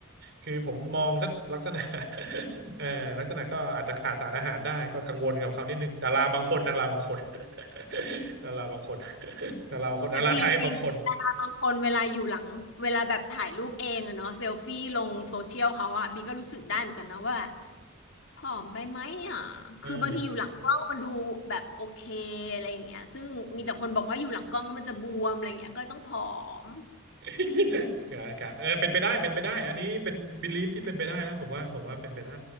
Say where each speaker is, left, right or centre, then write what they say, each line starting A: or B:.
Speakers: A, on the right (about 55°); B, on the left (about 60°).
A: คือผมมองลักษณะ <laughs> เอ่อลักษณะก็อาจจะขาดสารอาหารได้ก็กังวลกับเขานิดนึงดาราบางคนดาราบางคน <laughs> ดาราบางคนดาราบางคนดาราไทยบางคน
B: เออจริงจริง บางคนเวลาอยู่หลังเวลาแบบถ่ายรูปเองอะเนาะเซลฟี่ลงโซเชียลเขาอะบีก็รู้สึกได้เหมือนกันนะว่าแบบผอมไปไหมอะคือบางทีอยู่หลังกล้องมันดูแบบโอเค
A: เออ
B: อะไรอย่างเงี้ยซึ่งมีแต่คนบอกว่าอยู่หลังกล้องแล้วมันจะบวมอะไรอย่างเงี้ยก็เลยต้องผอม
A: อืม <laughs> ครับครับเออเป็นไปได้เป็นไปได้อันนี้เป็น belief ที่เป็นไปได้นะผมว่าผมว่าเป็นไปได้